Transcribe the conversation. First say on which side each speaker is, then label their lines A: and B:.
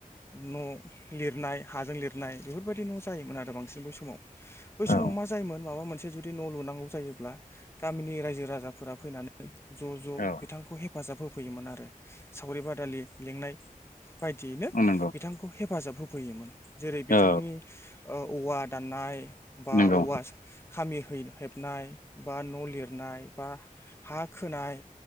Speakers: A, on the left; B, on the left.
A: न' लिरनाय हाजों लिरनाय बेफोर बायदि न' जायोमोन आरो बांसिन बै समाव बै समाव
B: औ
A: मा जायोमोन माबा मोनसे जुदि न' लुनांगौ जायो ब्ला गामिनि रायजो राजाफोरा फैनानै ज' ज'
B: औ
A: बिथांखौ हेफाजाब होफैयोमोन आरो। सावरि बादालि लिंनाय बायदियैनो
B: नंगौ नोंथां औ नंगौ
A: बिथांखौ हेफाजाब होफैयोमोन जेरै
B: औ नंगौ
A: बिथांनि
B: औ नंगौ औ
A: औवा दाननाय बा
B: नंगौ
A: औवा खामि हेबनाय बा न' लिरनाय बा हा खोनाय